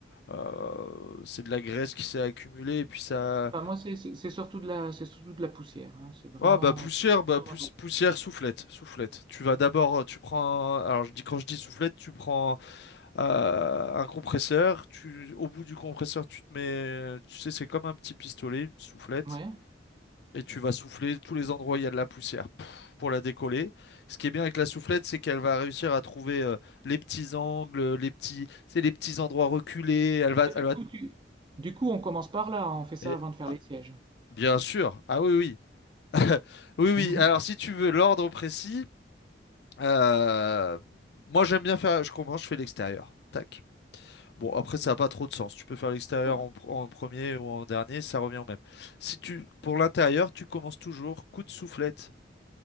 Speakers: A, on the left (about 60°); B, on the right (about 25°).
A: euh, c'est de la graisse qui s'est accumulée et puis ça,
B: Enfin, moi, c'est c'est- c'est surtout de la, c'est surtout de la poussière. hein, C'est vraiment,
A: Ah bah poussière, bah
B: vraiment
A: pouss-
B: de la poussière.
A: poussière, soufflette, soufflette. Tu vas d'abord, euh, tu prends, alors je dis quand je dis soufflette, tu prends euh, un compresseur, tu, au bout du compresseur, tu te mets, tu sais, c'est comme un petit pistolet, une soufflette,
B: Ouais.
A: et tu vas souffler tous les endroits où il y a de la poussière pouf, pour la décoller. Ce qui est bien avec la soufflette, c'est qu'elle va réussir à trouver euh, les petits angles, les petits, tu sais, les petits endroits reculés. Elle va,
B: Et du
A: elle va,
B: coup, tu- du coup, on commence par là. On fait ça
A: et-
B: avant de faire
A: ah,
B: les sièges.
A: bien sûr, ah oui, oui. <laughs> Oui, oui.
B: <laughs>
A: Alors, si tu veux l'ordre précis, Euh, moi, j'aime bien faire. Je commence, je fais l'extérieur. Tac. Bon, après, ça n'a pas trop de sens. Tu peux faire l'extérieur
B: Ouais.
A: en, pr- en premier ou en dernier, ça revient au même. Si tu, pour l'intérieur, tu commences toujours coup de soufflette